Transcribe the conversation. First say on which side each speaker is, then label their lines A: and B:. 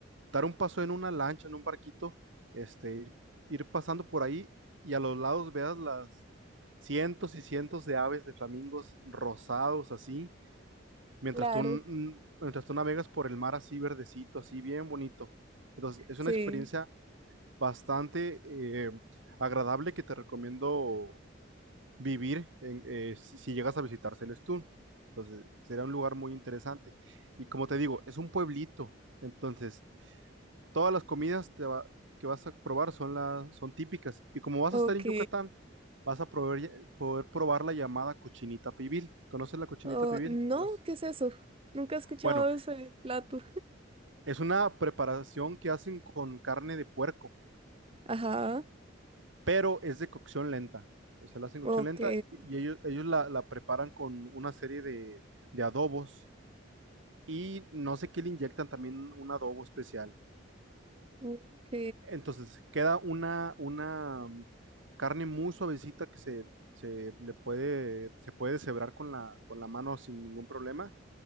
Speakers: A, on the right (about 75°); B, on the right (about 30°).
A: dar un paso en una lancha, en un barquito, este, ir, ir pasando por ahí y a los lados veas las cientos y cientos de aves de flamingos rosados así, mientras
B: Claro,
A: tú, mm, mientras tú navegas por el mar así verdecito, así bien bonito. Entonces, es
B: sí.
A: una experiencia bastante eh, agradable que te recomiendo vivir en- eh, si, si llegas a visitar Celestún. Entonces, será un lugar muy interesante. Y como te digo, es un pueblito. Entonces, todas las comidas te va- que vas a probar son, las son típicas. Y como vas
B: Ok.
A: a estar en Yucatán, vas a probar ya- poder probar la llamada cochinita pibil. ¿Conoces la cochinita
B: Oh,
A: pibil?
B: no,
A: O las-
B: ¿qué es eso? Nunca he escuchado
A: Bueno,
B: ese plato.
A: es una preparación que hacen con carne de puerco,
B: Ajá,
A: pero es de cocción lenta. O sea, la hacen cocción
B: ok.
A: lenta y y ellos, ellos la, la preparan con una serie de, de adobos y no sé qué le inyectan también un adobo especial.
B: Ok.
A: Entonces queda una, una mm, carne muy suavecita que se, se le puede, se puede deshebrar con la, con la mano sin ningún problema.